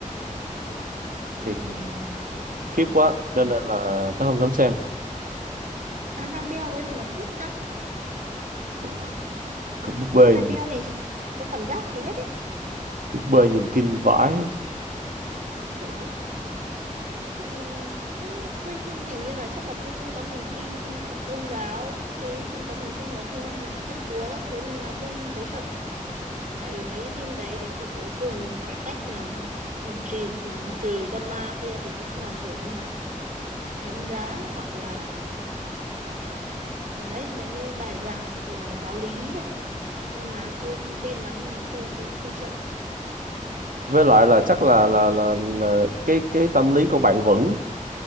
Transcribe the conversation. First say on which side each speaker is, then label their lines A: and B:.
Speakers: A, on the right (about 70°); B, on the right (about 90°).
A: ừ.
B: thì khiếp quá cho
A: ừ.
B: nên là tớ không dám xem
A: Annabelle có gì mà khiếp ta?
B: Ui, cũng búp bê
A: Annabelle
B: nhìn-
A: mình có cảm giác gì hết ấy.
B: búp bê nhìn kinh vãi
A: <laughs> Nhìn thấy tôi hình như là chắc là tôi không có niềm tin vào tôn giáo các thứ, không có niềm tin vào thiên, thiên chúa các thứ nên là tôi không thấy sợ. tại vì mấy cái phim đấy đến cái cuối cùng cái cách mà trừ, trừ con ma kia thì cũng là kiểu như là thánh giá hoặc là à, đấy mấy cái bài giảng của giáo lý đấy nên là tôi không tin lắm nên là thôi tôi cũng không sợ
B: với lại là chắc là là là, là cái cái tâm lý của bạn vững